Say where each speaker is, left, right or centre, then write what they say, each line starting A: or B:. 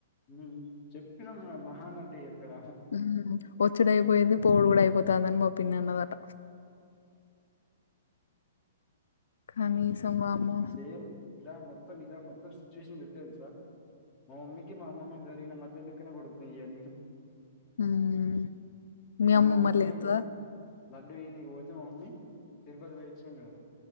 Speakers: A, on the left; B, on the left.
A: ఉం చెప్పినం మహానటి అక్కడ
B: ఊమ్ ఒచ్చుడైపోయింది పోవుడు కూడ అయిపోతాందని మా పిన్ని అన్నదట కనీస్ అం వామ్మో
A: సేమ్ ఇలా మొత్తం ఇలా మొత్తం సిచ్చువేషన్ ఎట్ల తెలుసా మా మమ్మీకి మా అమ్మమ్మకి జరిగిన మధ్య లెక్కనే కొడుతున్నయి ఇయన్నీ
B: మ్ మీ
A: మొన్న
B: అమ్మమ్మ
A: మా మమ్మీ
B: లేత్తదా
A: లడ్డు ఈయనికి పోతే మా మమ్మీ తిరుపతి పోయి ఒచ్చినం కదా